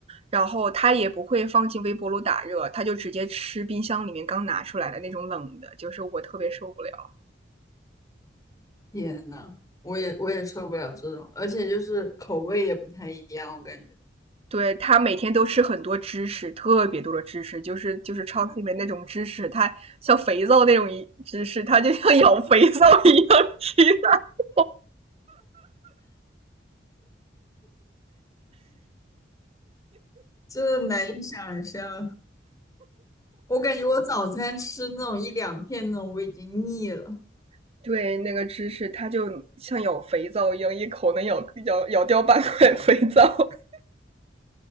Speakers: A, on the right; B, on the left.
A: 然后他也不会放进微波炉打热，他就直接吃冰箱里面刚拿出来的那种冷的，就是我特别受不了。
B: 天呐，我也我也受不了这种，而且就是口味也不太一样，我感觉
A: 对，他每天都吃很多芝士，特别多的芝士，就是就是超市里面那种芝士，它像肥皂那种一芝士，它就像咬肥皂一样吃的。
B: 真的难以想象。我感觉我早餐吃那种一两片那种，我已经腻了。
A: <laughs> 对，那个芝士它就像咬肥皂一样，一口能咬咬咬掉半块肥皂。<laughs>